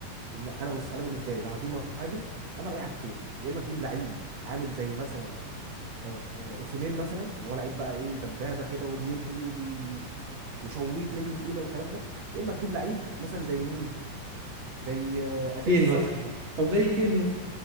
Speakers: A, on the right; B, on the right.
A: ان انا بص انا بالنسبه لي لو هجيب مهاجم انا رايي حاجتين يا اما تجيب لعيب عامل زي مثلا آه، اوسيمين مثلا اللي هو لعيب بقى ايه دبابه كده وبيجري وبي وشويت رجله تقيله والكلام ده يا اما تجيب لعيب مثلا زي مين زي آه، اليكس
B: كين
A: سانشيز
B: مثلا
A: مثلا
B: او زي كين مثلا